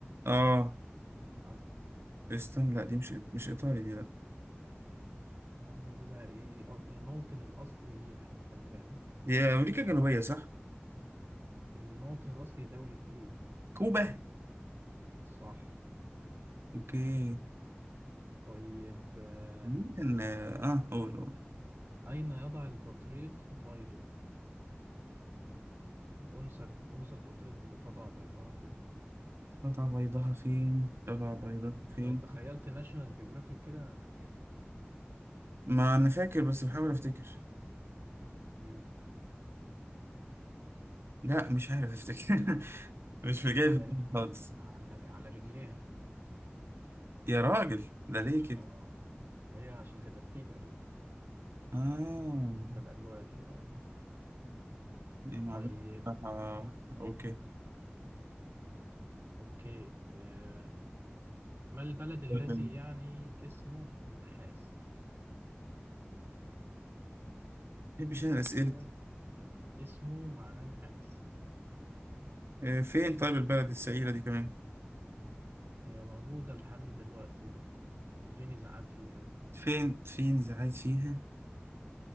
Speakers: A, on the right; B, on the right.
A: آه،
B: اه
A: استنى لا دي مش مش ايطالي دي
B: الرومبا دي بقى ايه آه، الموطن الأصلي ليها خلي بالك
A: دي أمريكا الجنوبية صح؟
B: الموطن الأصلي دولة ايه
A: كوبا
B: صح
A: أوكي
B: طيب آه،
A: مين كان آه قول قول
B: أين يضع البطريق بيضه؟ الأنثى أنثى البطريق بتضع بيضها فين؟
A: قطع بيضها فين؟ قطع بيضها
B: مم.
A: فين؟
B: لو تخيلت ناشونال جيوغرافيك كده هتجيبها
A: ما أنا فاكر بس بحاول أفتكر
B: مم.
A: لا مش عارف أفتكر <laughs> مش في جاي
B: على
A: في دماغي
B: ر-
A: خالص
B: على على رجليها
A: يا راجل ده ليه كده؟
B: اه هي عشان تدفيه تقريبا
A: آه
B: في الأجواء ال-
A: يعني معلومة
B: طيب
A: بصراحة أوكي
B: أوكي آه. ما البلد الذي
A: ما
B: يعني اسمه النحاس؟
A: بحبش أنا الأسئلة
B: بلد
A: دي.
B: اسمه معناه نحاس
A: آه، فين طيب البلد السعيدة دي كمان؟
B: هي موجودة لحد دلوقتي وفي نزاعات فيها
A: فين فين إذا عايز فيها؟